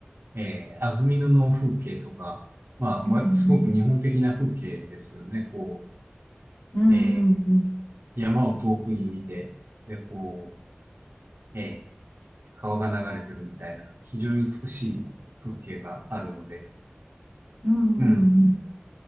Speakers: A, on the right (about 65°); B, on the left (about 55°).
A: ー、えー、安曇野の風景とか、まあ、
B: うんうん。
A: わすごく日本的な風景ですよね。こ
B: うんうんうん。
A: う、えー、山を遠くに見て、で、こう、えー、川が流れてるみたいな、非常に美しい風景があるので、
B: うんうんうん。
A: うん。